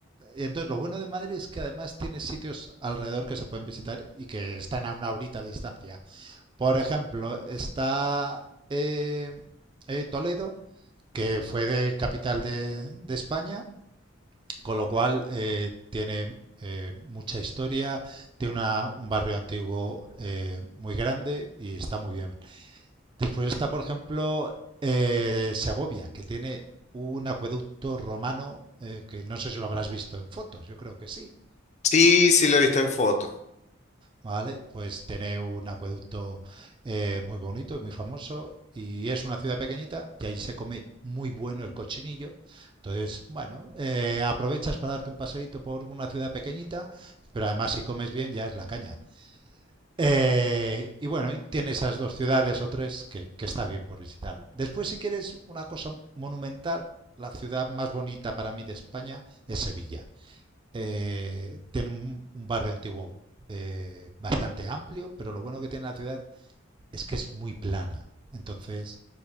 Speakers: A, on the right; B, on the left.
A: Y entonces lo bueno de Madrid es que además tiene sitios alrededor que se pueden visitar y que están a una horita de distancia. Por ejemplo, está eh, eh, Toledo, que fue de capital de, de España Con lo cual eh, tiene eh, mucha historia, tiene una- un barrio antiguo eh, muy grande y está muy bien. Después está, por ejemplo, eh, Segovia, que tiene un acueducto romano eh, que no sé si lo habrás visto en fotos, yo creo que sí.
B: Sí, sí lo he visto en fotos,
A: ¿vale? Pues tiene un acueducto eh, muy bonito y muy famoso y es una ciudad pequeñita y allí se come muy bueno el cochinillo. Entonces, bueno, eh, aprovechas para darte un paseíto por una ciudad pequeñita, pero además si comes bien ya es la caña. Eh, y bueno, y tiene esas dos ciudades o tres que, que está bien por visitar. Después, si quieres una cosa monumental, la ciudad más bonita para mí de España es Sevilla eh, tiene un, un, barrio antiguo eh, bastante amplio, pero lo bueno que tiene la ciudad es que es muy plana. Entonces